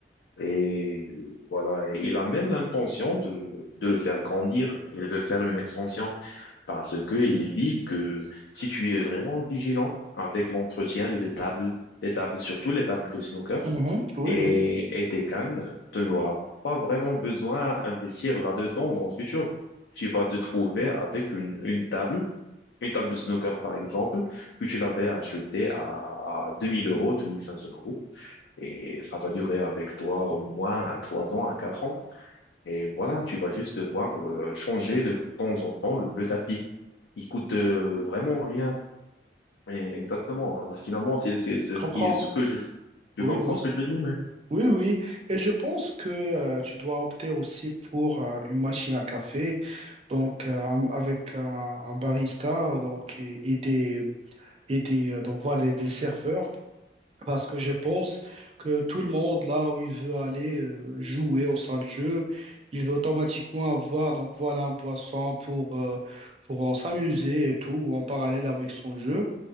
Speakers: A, on the left; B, on the right.
A: Et euh, voilà, et il a même l'intention de, de le faire grandir. Il veut faire une extension parce que il dit que si tu es vraiment vigilant avec l'entretien de tes tables, des tables, surtout les tables de snooker,
B: Mhm. Oui,
A: et,
B: oui,
A: et tes cannes, tu n'auras pas vraiment besoin d'investir là-dedans dans le futur. Tu vas te trouver avec une, une table, une table de snooker par exemple, que tu l'avais achetée à 2000 euros, 2500 euros. Et ça va durer avec toi au moins à 3 ans, à 4 ans. Et voilà, tu vas juste devoir euh, changer de temps en temps le, le tapis. Il coûte euh, vraiment rien. Et Exactement. hein. Finalement, c'est c'est ce,
B: je comprends.
A: qui- ce que je, tu
B: Oui,
A: comprends
B: oui.
A: ce que je veux dire? hein
B: Oui, oui. Et je pense que euh, tu dois opter aussi pour euh, une machine à café, donc euh, avec un, un barista, donc et, et des et des euh, donc voilà des serveurs Parce que je pense que tout le monde, là où il veut aller euh, jouer au sein de jeu, il veut automatiquement avoir donc voilà un boisson pour, euh, pour en s'amuser et tout en parallèle avec son jeu.